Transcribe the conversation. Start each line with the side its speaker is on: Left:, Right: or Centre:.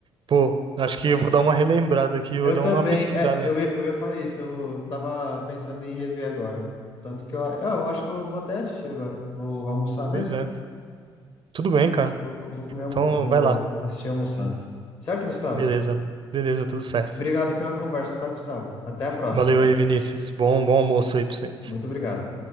Right: pô, acho que eu vou dar uma relembrada aqui, vou
Left: Eu
Right: dar
Left: também,
Right: uma pesquisada.
Left: é, eu, ia- eu ia falar isso, eu tava pensando em rever agora. Tanto que eu, eu acho que eu vou até assistir agora. Vou almoçar mesmo.
Right: Pois é. Tudo bem, cara.
Left: Vou, vou comer, almo-
Right: Então,
Left: vou
Right: vai lá.
Left: assistir almoçando. Certo, Gustavo?
Right: Beleza, beleza, tudo certo.
Left: Obrigado pela conversa, tá, Gustavo? Até a próxima,
Right: Valeu
Left: então.
Right: aí, Vinícius. Bom, bom almoço aí pra você.
Left: Muito obrigado.